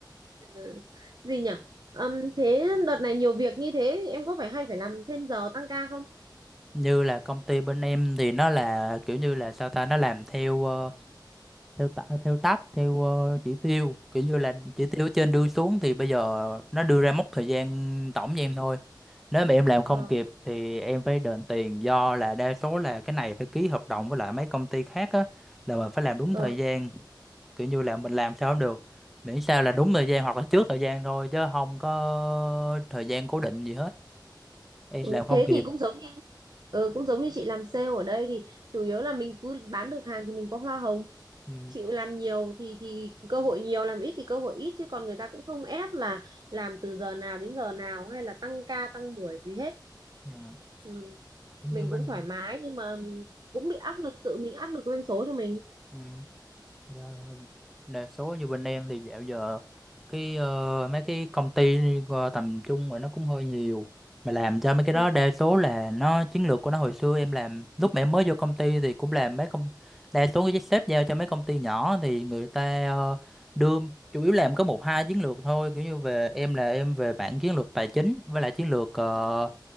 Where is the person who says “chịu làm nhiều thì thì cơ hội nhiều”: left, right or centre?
Right